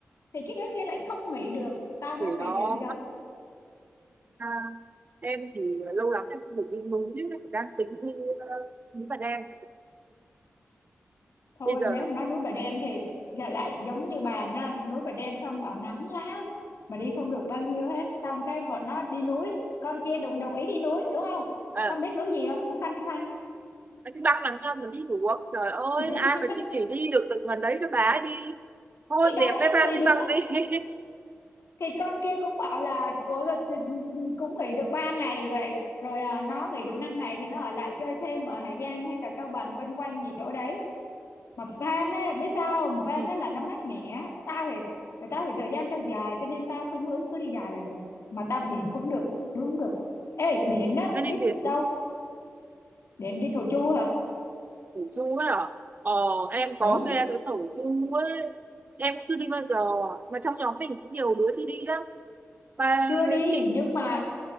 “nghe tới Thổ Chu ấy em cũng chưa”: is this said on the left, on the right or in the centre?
Right